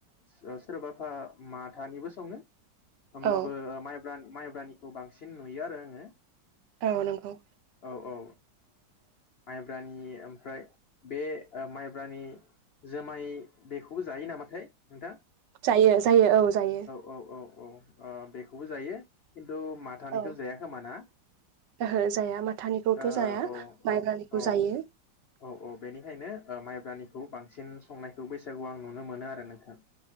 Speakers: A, on the left; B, on the right.
A: सो- सोरबाफा माथानिबो सङो होमब्लाबो
B: औ
A: माइ ब्रान्द माइब्रानि बांसिन नुयो आरो आङो।
B: औ नंगौ।
A: औ औ ओ माइब्रानि ओमफ्राय बे माइब्रानि जोमाय बेखौबो जायो नामाथाय नोंथां?
B: जायो जायो औ जायो‌।
A: औ औ औ अ बेखौबो जायो खिन तु माथानिखौ
B: औ
A: जाया खोमा ना
B: ओहो जाया माथानिखौथ'
A: औ
B: जाया
A: औ
B: माइब्रानिखौ
A: औ औ
B: जायो
A: औ औ बेनिखायनो माइब्रानिखौ बांसिन संनायखौ बैसागु आं नुनो मोनो आरो नोंथां।